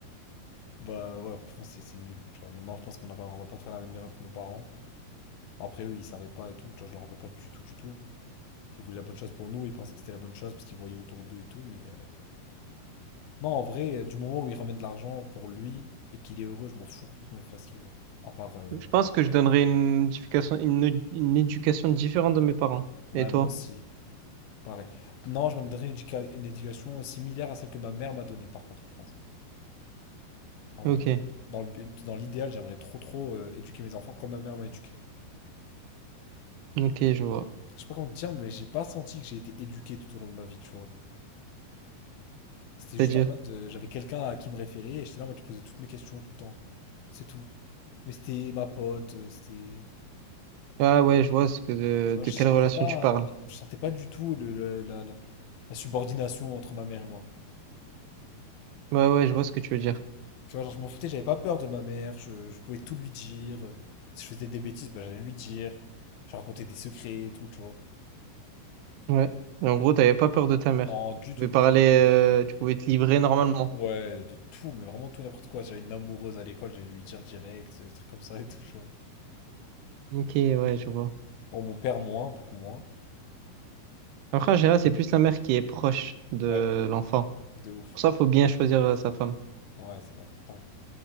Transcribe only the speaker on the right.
Je pense que je donnerais une éducation, une, une éducation différente de mes parents.
Et toi?
Ok.
Ok, je vois.
C'est-à-dire.
Ah ouais, je vois ce que de,
de
quelle
relation
tu parles.
Ouais, ouais, je vois ce que tu veux dire.
Ouais. Et en gros, t'avais pas peur de ta mère.
Tu pouvais
parler,
euh, tu pouvais te livrer normalement.
Ok, ouais, je vois.
Après, en général, c'est plus la mère qui est proche de
l'enfant.
Pour ça, faut bien choisir euh, sa femme.